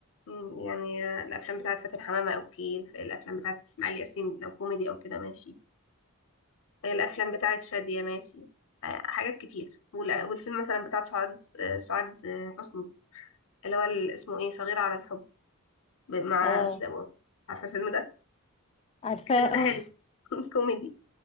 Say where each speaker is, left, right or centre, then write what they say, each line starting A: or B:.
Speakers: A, on the left; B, on the left.
A: مم، يعني آه، الافلام بتاعت فاتن حمامة او كيل الافلام بتاعت اسماعيل ياسين لو كوميدي او كده ماشي الافلام بتاعت شادية ماشي آه حاجات كتير وال- والفيلم مثلا بتاع سعاد آه، سعاد آه، حسني اللي هو ال- اسمه ايه صغيرة على الحب ب- مع
B: اه
A: رشدي أباظة عارفة الفيلم ده
B: عارفاه
A: الفيلم ده
B: اه
A: حلو <laughs> كوميدي